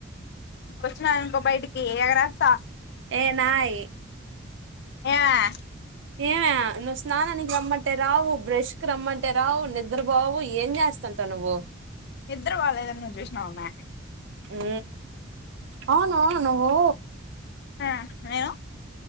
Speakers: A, on the left (about 55°); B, on the right (about 65°).
A: వచ్చిన ఇంకో బయటికి ఏ ఎగ రాసా
B: ఏనాయి
A: ఏయావ
B: ఏమే నువ్వు స్నానానికి రమ్మంటే రావు బ్రష్ కి రమ్మంటే రావు నిద్ర పోావు ఏం చేస్త స్త అంత నువ్వు
A: ఇద్దర వాాలే త నుంచిష్నా మ
B: ఉ అవును నువ్వు
A: ఆ ఏను